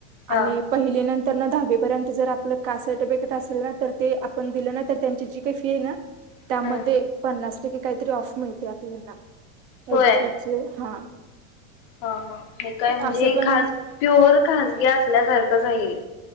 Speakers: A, on the right (about 45°); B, on the left (about 25°).
A: आणि
B: हा
A: पहिली नंतर, तर दहावीपर्यंत जर आपलं कास्ट सर्टिफिकेट असेल ना तर ते आपण दिलं ना तर त्यांची जी काही फी आहे ना
B: हम्म
A: त्यामध्ये पन्नास काहीतरी ऑफ मिळते आपल्याना
B: होय
A: ओबी सीच हा
B: हा हा हे काय म्हणजे
A: असं पण
B: खज प्युअर खाजगी असल्यासारखंच आहे